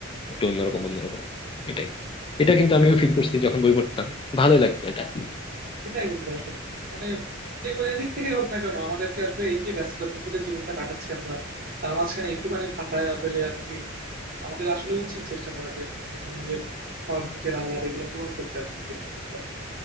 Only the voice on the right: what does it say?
এটাই বন্ধু আসলে মানে যে কোনো দিক থেকেই হোক না কেন আমাদেরকে আসলে এই যে ব্যস্ততার মধ্যে যে জীবনটা কাটাচ্ছি আমরা তার মাঝখানে একটুখানি ফাঁকা পেলে আর কি আমাদের আসলে উচিত চেষ্টা করা যে আসলে যেন নিজের শখ নিজের আহ্লাদ এগুলো পূরণ করতে পারি যে কোনো উপায়